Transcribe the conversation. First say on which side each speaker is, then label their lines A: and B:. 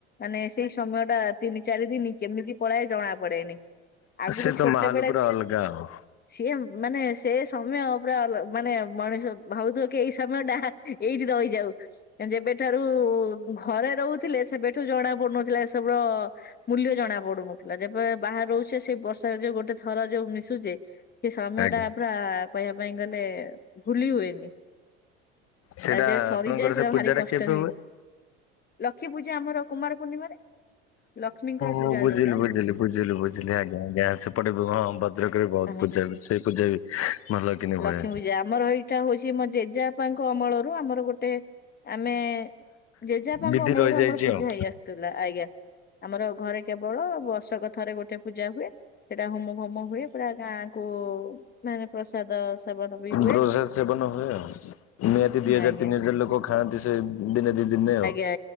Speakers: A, on the left; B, on the left.
A: ମାନେ ସେଇ ସମୟଟା ତିନି ଚାରି ଦିନି କେମିତି ପଳାଏ ଜଣା ପଡେନି। ଆଗରୁ
B: ସେ ତ
A: ଛୋଟ
B: ମାହୋଲ
A: ବେଳେ
B: ପୁରା
A: ଥି
B: ଅଲଗା ଆଉ
A: ସିଏ ମାନେ ସେ ସମୟ ପୁରା ଅଲ ମାନେ ମଣିଷ ଭାବୁଥିବ କି ଏଇ ସମୟଟା ଏଇଠି ରହିଯାଉ। ଯେବେଠାରୁ ଘରେ ରହୁଥିଲେ ସେବେଠୁ ଜଣା ପଡୁନଥିଲା ଏସବୁର ମୂଲ୍ୟ ଜଣା ପଡୁନଥିଲା ଯେବେ ବାହରେ ରହୁଛେ ସେଇ ବର୍ଷ ଯୋଉ ଗୋଟେ ଥର ଯୋଉ ମିଶୁଚେ। ସେ ସମୟଟା
B: ଆଜ୍ଞା
A: ପୁରା କହିବା ପାଇଁ ଗଲେ ଭୁଲି ହୁଏନି।
B: ସେଇଟା
A: ତା ଯେବେ ସରିଯାଏ
B: ଆପଣଙ୍କର
A: ସେଟା
B: ସେ ପୂଜାଟା
A: ଭାରି କଷ୍ଟ
B: କେବେ
A: ହୁଏ। ଲକ୍ଷ୍ମୀ ପୂଜା ଆମର କୁମାର ପୂର୍ଣ୍ଣିମାରେ ଲକ୍ଷ୍ମୀଙ୍କର ପୂଜା
B: ମୁଁ ବୁଝିଲି
A: ଯୋଉଟା
B: ବୁଝିଲି ବୁଝିଲୁ ବୁଝିଲି ଆଜ୍ଞା ଆଜ୍ଞା ସେପଟେ ହଁ ଭଦ୍ରକରେ ବହୁତ
A: ଆଜ୍ଞା।
B: ପୂଜା ସେ ପୂଜା ବି। ଭଲ କିନି
A: ଲକ୍ଷ୍ମୀ
B: ହୁଏ।
A: ପୂଜା ଆମର ଏଇଟା ହଉଚି ଆମ ଜେଜେପାଙ୍କ ଅମଳରୁ ଆମର ଗୋଟେ ଆମେ ଜେଜେବାପାଙ୍କ
B: ବିଧି
A: ଅମଳରୁ
B: ରହିଯାଇଛି
A: ଆମର ପୂଜା
B: ଆଉ
A: ହେଇ ଆସୁ ଥିଲା ଆଜ୍ଞା ଆମର ଘରେ କେବଳ ବର୍ଷକ ଥରେ ଗୋଟେ ପୂଜା ହୁଏ ସେଟା ହୋମ ଫୋମ ହୁଏ ପୁରା ଗାଁ କୁ ମାନେ ପ୍ରସାଦ ସେବନ ବି ହୁଏ।
B: ପ୍ରସାଦ ସେବନ ହୁଏ ଆଉ ନିହାତି ଦିଇ ହଜାର
A: ଆଜ୍ଞା
B: ତିନି ହଜାର ଲୋକ ଖାଆନ୍ତି ସେ ଦିନେ ଦିଇ ଦିନରେ।
A: ଆଜ୍ଞା